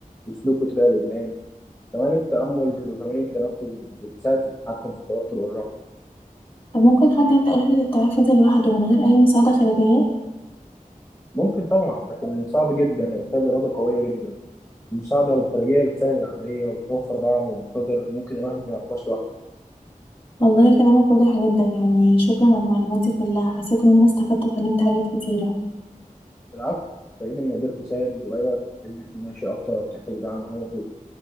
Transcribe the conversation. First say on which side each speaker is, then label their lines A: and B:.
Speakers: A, on the left; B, on the left.
A: وسلوكه تجاه الإدمان كمان التأمل وتمارين التنفس بتساعد في التحكم في التوتر والرهبة
B: طب ممكن حد يبدأ رحلة التعافي دي لوحده من غير أي مساعدة خارجية
A: ممكن طبعا لكن صعب جدا ويحتاج إرادة قوية جدا المساعدة الخارجية بتسهل العملية وبتوفر دعم ومصادر ممكن الواحد ما يعرفهاش لوحده
B: والله كلامك واضح جدا يعني شكرا على المعلومات دي كلها حسيت إن أنا استفدت واتعلمت حاجات كتيرة
A: العفو سعيد إني قدرت أساعد وأي وقت تحب تمشي أكتر أو تحتاج دعم أنا موجود